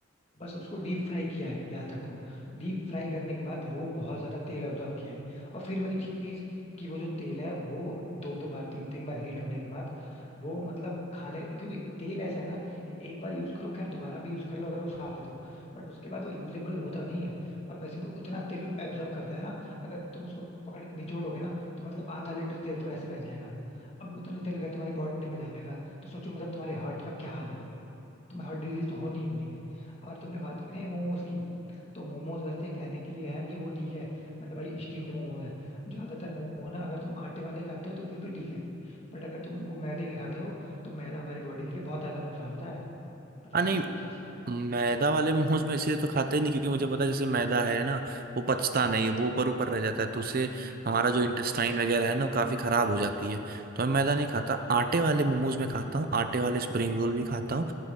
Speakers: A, on the left; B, on the right.
A: बस उसको डीप फ्राई किया है याद रखो डीप फ्राई करने के बाद वो बहुत ज्यादा तेल अब्जॉर्ब किया है और फिर वही चीज कि वो जो तेल है वो दो दो बार तीन तीन बार हीट होने के बाद वो मतलब खाने क्योंकि तेल ऐसा है ना कि एक बार यूज करो खैर दोबारा भी यूज कर लो अगर वो साफ है तो बट उसके बाद वो यूजेबल होता नहीं है और वैसे भी उतना तेल एब्जॉर्ब करता है ना अगर तुम उसको पकड़ के निचोड़ोगे ना तो मतलब आधा लीटर तेल तो ऐसे बह जाएगा अब उतना तेल अगर तुम्हारी बॉडी में जाएगा तो सोचो मतलब तुम्हारे हार्ट का क्या हाल होगा तुम्हें हार्ट डिजीज तो होनी ही होनी है और तुमने बात की ना मोमोज की तो मोमोज वैसे कहने के लिए है कि वो ठीक है मतलब भाई स्टीम्ड मोमो है ज्यादातर मोमो ना अगर तुम आटे वाले खाते हो तो फिर भी ठीक है बट अगर तुम वो मैदे के खाते हो तो मैदा हमारी बॉडी के लिए बहुत ज्यादा नुकसान होता है पता
B: हाँ
A: है
B: नहीं
A: कि नहीं ये चीज
B: मैदा वाले मोमोज में इसे तो खाते ही नहीं क्योंकि मुझे पता है जैसे मैदा है ना वो पचता नहीं है वो ऊपर ऊपर रह जाता है तो उससे हमारा जो इंटेस्टाइन वगैरह है ना वो काफी खराब हो जाती है तो मैं मैदा नहीं खाता आटे वाले मोमोज में खाता हूँ आटे वाले स्प्रिंग रोल भी खाता हूँ